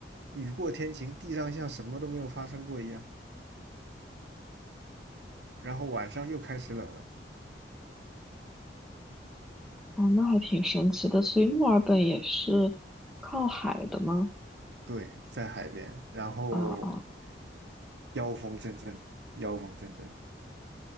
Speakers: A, on the right (about 75°); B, in the centre.
A: 雨过天晴，地上像什么都没有发生过一样。然后晚上又开始冷了，
B: 哦，那还挺神奇的。所以墨尔本也是靠海的吗？
A: 对，在海边，然后
B: 啊啊，
A: 妖风阵阵，妖风阵阵。